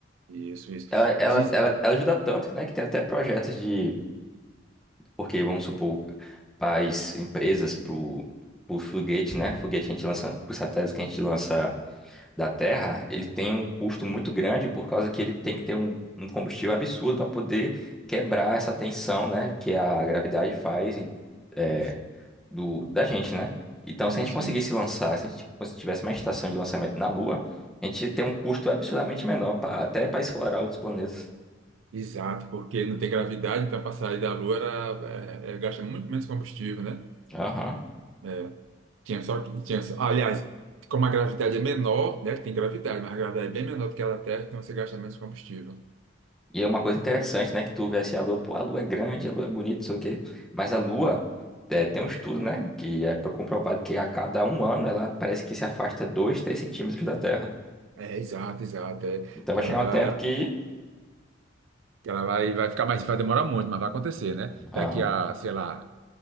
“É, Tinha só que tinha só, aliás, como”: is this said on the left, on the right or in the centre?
Right